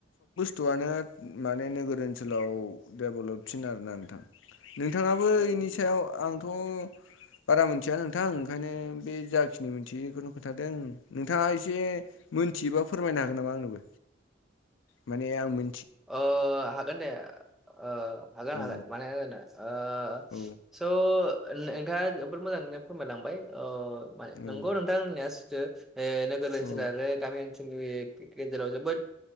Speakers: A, on the left; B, in the centre.
A: थयानो माने नोगोर ओनसोलाव डेभलपसिन आरोना नोंथां। नोंथाङाबो
B: उम
A: इनि सायाव आंथ बारा मिथिया नोंथां ओंखायनो बे जाखिनि मोनथियो इखोनो खोन्थादों नोंथाङा एसे मोन मिथियोबा फोरमायनो हागोन नामा आंनोबो। माने आं मो
B: ओ हागोन दे। ओ हागोन
A: औ
B: हागोन मानो हाया जानो ओ
A: औ
B: स नोंथाङा जोबोर मोजाङैनो फोरमाय लांबाय ओ
A: औ
B: नंगौ नोंथां होननाया सिथो ओ नोगोर ओनसोल
A: औ
B: आरो गामि ओनसोलनि गेजेराव जोबोद